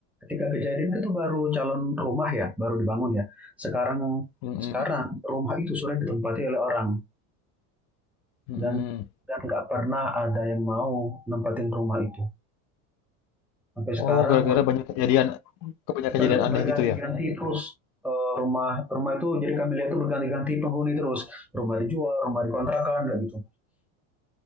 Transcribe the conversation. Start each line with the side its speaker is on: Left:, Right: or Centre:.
Centre: ketika kejadian itu baru calon rumah ya, baru dibangun ya. Sekarang
Left: Mm-mm,
Centre: sekarang rumah itu sudah ditempati oleh orang.
Left: mm-mm.
Centre: dan dan nggak pernah ada yang mau nempatin rumah itu. Sampai sekarang
Left: Oh, gara-gara banyak kejadian, kebanyakan
Centre: ber-
Left: kejadian aneh
Centre: berganti-ganti
Left: gitu ya.
Centre: terus eh, rumah rumah itu jadi kami lihat tuh berganti-ganti penghuni terus rumah dijual rumah dikontrakan kayak gitu